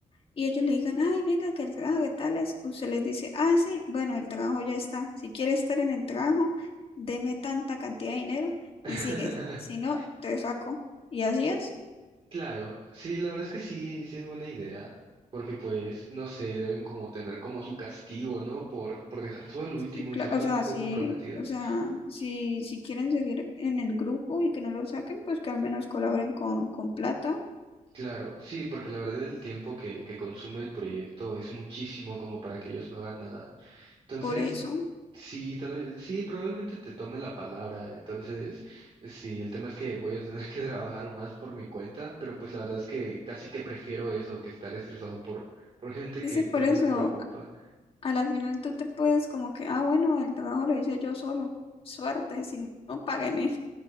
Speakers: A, on the left; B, on the right.
A: y ellos le digan, ay, venga, que el trabajo de tales, usted les dice, ah, sí, bueno, el trabajo ya está, si quiere estar en el trabajo, deme tanta cantidad de dinero
B: <laughs>
A: y sigues, si no, te saco. Y así es.
B: Claro, sí, la verdad es que sí, sí es buena idea, porque pues, no sé, deben como tener como su castigo, ¿no? Por, por dejar todo el último
A: Sí, claro,
B: y ser tan
A: o sea,
B: poco
A: sí,
B: comprometidos.
A: o sea, si, si quieren seguir en el grupo y que no lo saquen, pues que al menos colaboren con, con plata,
B: Claro, sí, porque la verdad el tiempo que, que consume el proyecto es muchísimo como para que ellos no hagan nada. Entonces,
A: por eso.
B: sí, tal vez, sí, probablemente te tome la palabra. Entonces, sí, el tema es que voy a tener <laughs> que trabajar más por mi cuenta, pero pues la verdad es que casi que prefiero eso que estar estresado por, por gente
A: Sí,
B: que,
A: sí, por
B: que no
A: eso,
B: le preocupa.
A: a la final tú te puedes como que, ah, bueno, el trabajo lo hice yo solo, suerte, si no, págueme.